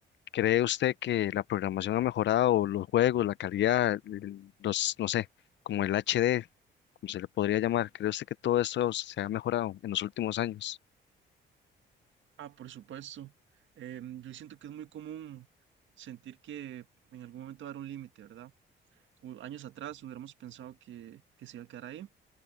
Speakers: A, on the left; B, on the right.
A: ¿Cree usted que la programación ha mejorado, los juegos, la calidad, el- los, no sé, como el HD, como se le podría llamar? ¿Cree usted que todo esto se ha mejorado en los últimos años?
B: Ah, por supuesto. Em, yo siento que es muy común sentir que en algún momento va a haber un límite, ¿verdad? U- años atrás hubiéramos pensado que, que se iba a quedar ahí,